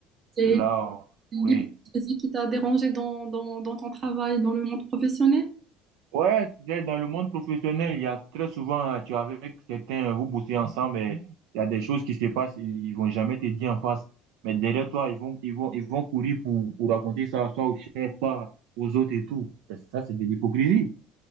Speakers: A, on the right; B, on the right.
A: C'est
B: Là,
A: l'hypocrisie
B: oui.
A: qui t'a dérangé dans, dans- dans ton travail, dans le monde professionnel?
B: Ouais, c'est-à-dire dans le monde professionnel, il y a très souvent, tu es avec certains, vous bossez ensemble, mais il y a des choses qui se passent, ils vont jamais te dire en face. Mais derrière toi, ils vont, ils vont, ils vont courir pour, pour raconter ça, soit au chef, soit aux autres et tout. Ça, c'est de l'hypocrisie.